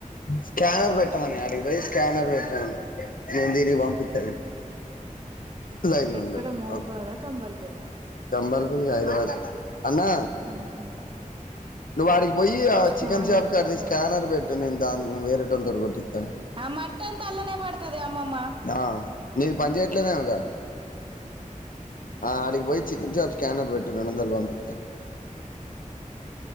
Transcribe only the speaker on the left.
స్కానర్
పెట్టమని అడిగిద స్కానర్ పెట్టమని నేను ఈడికి పంపిత్తలే. లైన్ లో
ఉండు
ఓకే
<inaudible> హైదరాబాద్ అన్నా
నువ్వు ఆడికి పోయి ఆ
చికెన్ షాప్ కాడిది.
స్కానర్ పెట్టు నేను దాన్ని వెరైటోళ్లతోనే. కొట్టిస్తాను
ఆ నీది పని చేయట్లేదేమోంగా,
ఆడికి పోయి చికెన్ షాప్, స్కేనర్ పెట్టు రెండు వందలు పంపిస్తా,